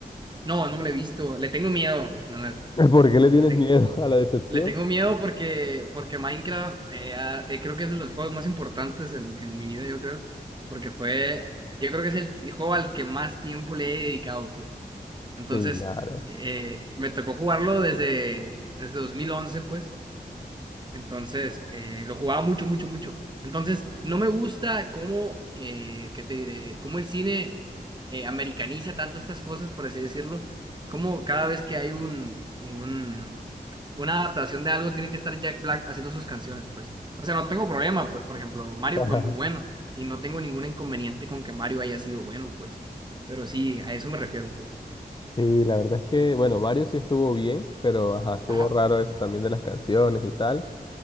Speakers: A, on the right; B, on the left.
A: No, no me lo he visto. Le tengo miedo, la neta.
B: <laughs> ¿Por qué le tienes
A: Le, te-
B: miedo a la decepción?
A: le tengo miedo porque, porque Minecraft eh, ah, eh, creo que es de los juegos más importantes en, en mi vida, yo creo. Porque fue, yo creo que es el t- juego al que más tiempo le he dedicado, pues. Entonces,
B: Claro.
A: eh, me tocó jugarlo desde, desde 2011, pues. Entonces, eh, lo jugaba mucho, mucho, mucho. Entonces, no me gusta cómo, eh, ¿qué te diré? Cómo el cine eh, americaniza tanto estas cosas, por así decirlo. Como cada vez que hay un, un- una adaptación de algo, tiene que estar Jack Black haciendo sus canciones, pues. O sea, no tengo problema, pues, por ejemplo, Mario
B: <laughs>
A: fue muy bueno y no tengo ningún inconveniente con que Mario haya sido bueno, pues. Pero sí, a eso me refiero, pues.
B: Sí, la verdad es que, bueno, Mario sí estuvo bien, pero ajá, estuvo
A: Ajá,
B: raro eso también de las canciones y tal.